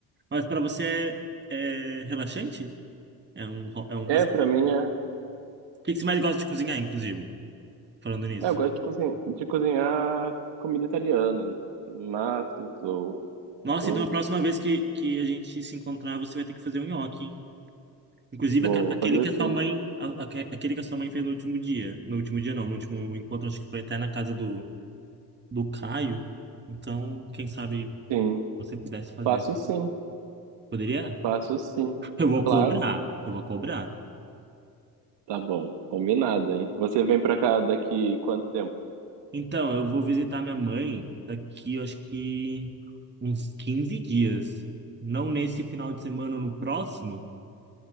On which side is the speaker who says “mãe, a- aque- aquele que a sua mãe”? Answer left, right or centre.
Right